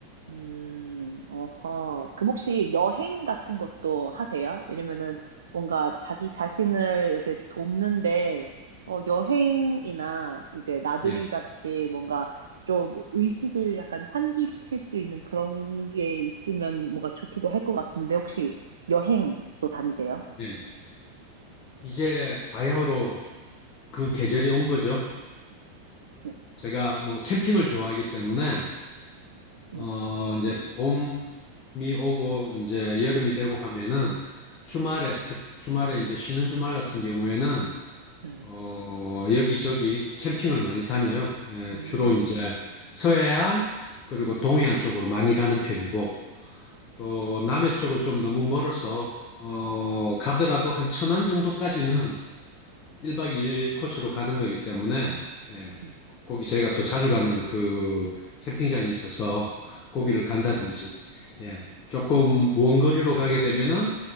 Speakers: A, on the right; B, on the left.
A: 음, 어허. 그럼 혹시 여행 같은 것도 하세요? 왜냐면은 뭔가 자기 자신을 이렇게 돕는데, 어, 여행이나 이제 나들이
B: 예,
A: 같이 뭔가 좀 의식을 약간 환기시킬 수 있는 그런 게 있으면 뭔가 좋기도 할 것 같은데, 혹시 여행도 다니세요?
B: 예. 이제 바야흐로 그 계절이 온 거죠.
A: 네.
B: 제가 뭐 캠핑을 좋아하기 때문에
A: 네.
B: 어, 이제 봄이 오고 이제 여름이 되고 하면은 주말에, 특, 주말에 이제 쉬는 주말 같은 경우에는
A: 음,
B: 어, 여기저기 캠핑을 많이 다녀요. 예,
A: 음,
B: 주로 이제 서해안 그리고 동해안 쪽으로 많이 가는 편이고 또 남해 쪽은 좀 너무 멀어서 어, 가더라도 한 천안 정도까지는 1박 2일 코스로 가는 거기 때문에 예,
A: 음,
B: 거기 저희가 또 자주 가는 그 캠핑장이 있어서 거기를
A: 오,
B: 간다든지, 예, 조금 원거리로 가게 되면은,